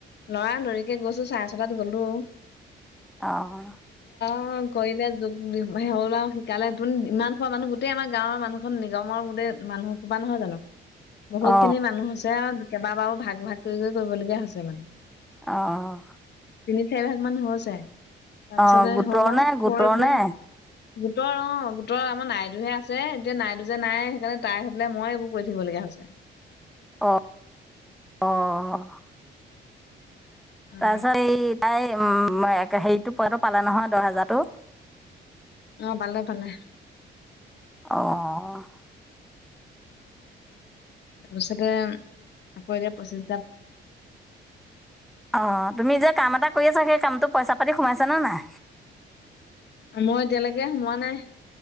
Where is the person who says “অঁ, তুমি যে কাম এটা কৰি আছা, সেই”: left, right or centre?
Centre